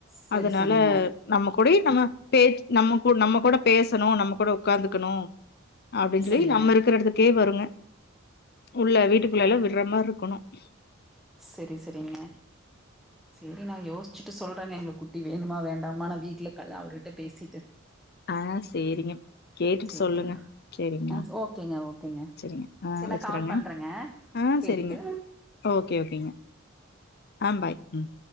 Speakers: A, in the centre; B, on the left (about 55°).
A: சரி
B: அதனால
A: சரிங்க,
B: நம்ப கூட நம்ப பே நம்ப நம்ப கூட பேச துணும் நம்ம கூட உட்காந்துக்கணும் அப்படின்னு சொல்லி
A: சரிங்க.
B: நம்ம இருக்கிற இடத்துக்கே வருங்க உள்ள வீட்டுக்குள்ள எல்லாம் விடுற மாரி இருக்கணும் <inaudible>
A: சேரி சேரிங்க சேரி நான் யோசிச்சு சொல்றாங்க எங்களுக்கு குட்டி வேணுமா வேண் மான வீட்டுல இருக்கல்ல அவர்கிட்ட பேசிட்டு
B: ஆஹ் சேரிங்க கேட்டுட்டு
A: சரிங்க.
B: சொல்லுங்க சேரிங்களா
A: ஆ ஓகேங்க ஓகேங்க.
B: சேரிங்க ஆஹ்
A: சரி
B: வச்சுறேங்க
A: நான் கால் பண்றேங்க
B: ஆஹ்
A: கேட்டுட்டு.
B: சேரிங்ககே ஓக் ஓகே ஓகேங்க ஆ பாய் ம்